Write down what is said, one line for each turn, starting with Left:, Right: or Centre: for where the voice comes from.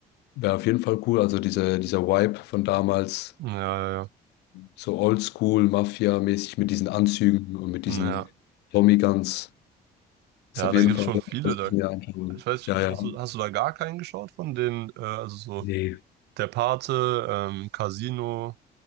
Left: wäre auf jeden Fall cool. Also diese, dieser Vibe von damals,
Right: ja, ja, ja.
Left: so oldschool, Mafia-mäßig mit diesen Anzügen und mit
Right: Ja,
Left: diesen Tommy Guns, ist
Right: ja,
Left: auf
Right: da
Left: jeden
Right: gibt's
Left: Fall,
Right: schon
Left: was
Right: viele.
Left: was
Right: Da.
Left: ich mir anschauen.
Right: Ich weiß,
Left: Ja,
Right: nicht, hast
Left: ja.
Right: du, hast du da gar keinen geschaut von den, äh, also so
Left: Nee.
Right: Der Pate, ähm, Casino,